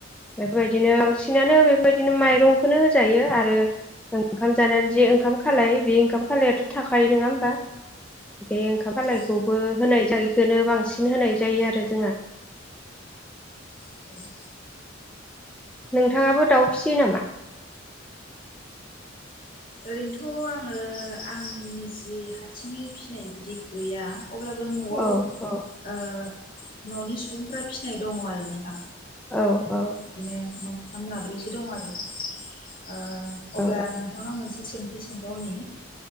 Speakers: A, in the centre; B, on the left (about 45°).
A: बेफोरबायदिनो बांसिनानो बेबायदि बिदिनो माइरंखौनो होजायो आरो ओंखाम जानानै जे ओंखाम खालाय बे ओंखाम खालायाथ' थाखायो नङा होमबा बे ओंखाम खालायखौबो
B: औ
A: होनाय बेखौनो बांसिन होनाय जायो आरो जोंहा
B: औ
A: नोंथाङाबो दाउ फिसियो नामा
B: ओरैनोथ' आङो आंनि निजे हारसिङै फिनाय बिदि गैया अब्लाबो न'आव
A: औ
B: ओ
A: औ
B: न'नि सुबुंफोरा फिनाय दङ आरो नोंथां
A: औ औ
B: बिदिनो म माथाम माब्रैसो दं आरो ओ अब्ला
A: औ
B: नोंथांनाव मोनसे सोंथि सोंबावनि